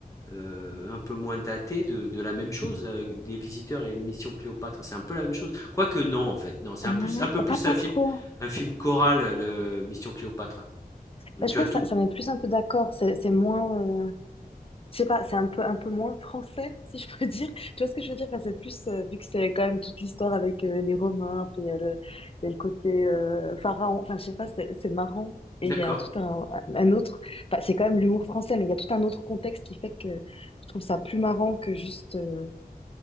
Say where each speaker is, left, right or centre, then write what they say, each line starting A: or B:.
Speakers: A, on the left; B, on the left.
A: euh, un peu moins daté de, de la même chose, euh, des visiteurs et Mission Cléopâtre, c'est un peu la même chose. Quoique non, en fait, non, c'est
B: Ouais,
A: un, plus, un peu plus
B: pas, pas
A: un film,
B: trop.
A: un film choral, euh, le Mission Cléopâtre. Donc,
B: Bah, je
A: tu
B: pense
A: as tout.
B: que ça, ça met plus un peu d'accord. C'est, c'est moins. euh, je sais pas, c'est un peu, un peu moins français, si je peux <laughs> dire. Tu vois ce que je veux dire? Enfin, c'est plus, euh, vu que c'est quand même toute l'histoire avec euh, les Romains, après il y a le, il y a le côté euh, pharaon, enfin, je sais pas, c'est c'est marrant. Et
A: D'accord,
B: il y a tout un, un autre, enfin, c'est quand même l'humour français, mais il y a tout un autre contexte qui fait que je trouve ça plus marrant que juste euh,